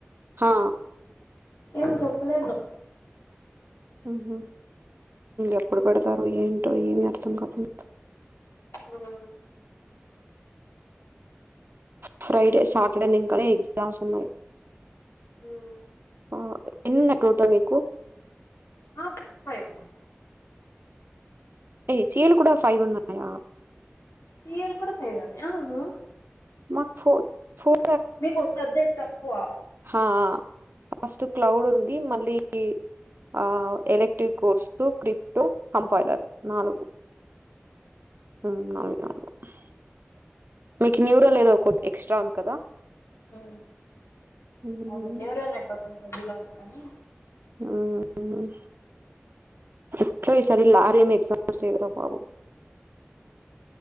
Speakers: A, on the right (about 55°); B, on the left (about 85°).
A: హా
B: ఏం చెప్పలేదు
A: ఉహు ఎప్పుడు పెడతారు ఏంటో ఏమి అర్థం కాదు
B: ఆ మ్
A: ఫ్రైడే సాటర్డే నింకానే ఎగ్జామ్స్ ఉన్నాయి
B: ఉమ్
A: ఆ ఇన్నన్నాయి టోట మీకు
B: ఆ ఫిక్స్ ఫైవ్ ఉన్నాయి
A: ఏ సేల్ కూడా ఫైవ్ ఉన్నా
B: సియల్ కూడా ఫైవ్ ఉన్నాయా అవును
A: మాకు ఫోర్ ఫోర్
B: మీకోక సబ్జెక్ట్ తక్కువ
A: ఆ ఫస్ట్ క్లౌడ్ ఉంది మళ్ళీ ఆ electric course two crypto compiler నాలుగు <unintelligible> మీకు న్యూరా లేదు ఒకటి ఎక్స్ట్రా ఉంది కదా
B: ఉ
A: హ్మ్.
B: అవును నివరెల్ అపోతు అదిలోజు కానీ
A: హ్మ్మ్ ఎక్కువ ఈ సారి లారీ బాబు